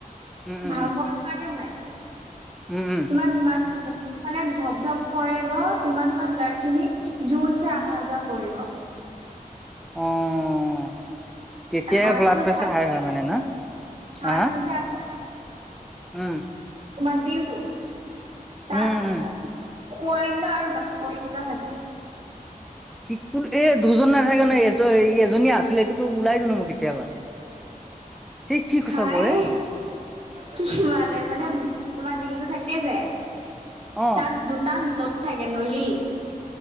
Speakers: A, in the centre; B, on the right.
A: উম উম
B: ভাগৰটো
A: উম
B: লাগে নাই?
A: উম, উম।
B: তোমাৰ যিমান বু মানে ধপ, ধপ কৰেব তিমান তোমাৰ ব্লাড খিনি জোৰচে অহা যোৱা কৰিব। <inaudible>
A: অ'। তেতিয়াই
B: হাৰ্টটো
A: ব্লাড
B: যে
A: প্ৰেছাৰ
B: আছে
A: হাই হয় মানে ন হা,
B: হাৰ্টটো
A: হা।
B: যে আছে
A: উম।
B: তোমাৰ দিলটো তাত
A: উম উম
B: সোৱলিনড আৰু বালিনড থাকে।
A: পিকটুৰ এই দুজন নাথাকে নয় এয <unintelligible> এজনী আছিলে এইটোকে ওলাই দিলো মোক কেতিয়াবা, সেই কি কথা
B: হাই
A: কয়ে।
B: কি মানে, মানে তোমাৰ দিলটো থাকে যে
A: অ
B: তাত দুটা নলী থাকে নলী।